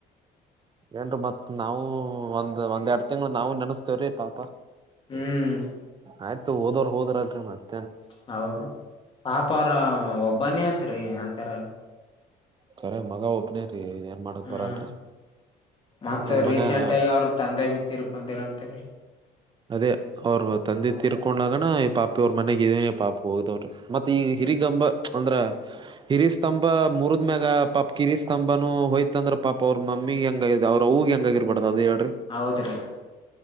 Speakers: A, on the right; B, on the left.
A: ಏನ್ರಿ ಮತ್ತ್ ನಾವು ಒಂದ್ ಒಂದ್ೆರಡ್ ತಿಂಗಗಳು ನಾವವು ನೆನಸ್ತೇವ್ರೀ ಪಾಪ
B: ಹ್ಮ್
A: ಆಯ್ತು ಹದೋ ಹೋದ್ರನ್ ಮತ್
B: ಹೌದ ಪಾಪ ಅವ್ರ ಒಬ್ಬನೇ ಅತ್ರಿ ಅಂತಾರ
A: ಖರ ಮಗ ಒಪ್ನೇರಿ ಏನ್ ಮಾಡಕ್
B: ಹ್ಮ್
A: ಬರಲ್ರರಿ.
B: ಮತ್ತ
A: ಅವ್ರ
B: ರೀಸೆಂಟ್
A: ಮನ್ಯಾಗ
B: ಆಗಿ ಅವ್ರ ತಂದೆ ಬಿ ತಿರ್ಕೊಂಡಿರಂತರಿ
A: ಅದೇ ಅವ್ರ <unintelligible> ತಿರ್ಕೊಂಡಾಗನ ಈ ಪಾಪಿ ಅವ್ರ ಮನೆಗ ಇದೀನಿ ಪಾಪು. <unintelligible> ಮತ್ತೆ ಈ
B: ಹ್ಮ್
A: ಹಿರಿಗಂಬ ಅಂದ್ರ ಹಿರಿ ಸ್ತಂಭ ಮೂರು. ಮ್ಯಾಗ ಪಾಪ <unintelligible> ಕಿ ಸ್ತಂಭನು ಹೋಯ್ತ ಅಂದ್ರ ಪಾಪ ಅವ್ರ ಮಮ್ಮಿ ಗೆ ಹೆಂಗ ಇ ಅವ್ರರುೂಗೆ <unintelligible> ಹೆಂಗಾಗಿ ಇರ್ಬಾರ್ದದು ಅದು ಎರಡು
B: ಹೌದ ರೀ.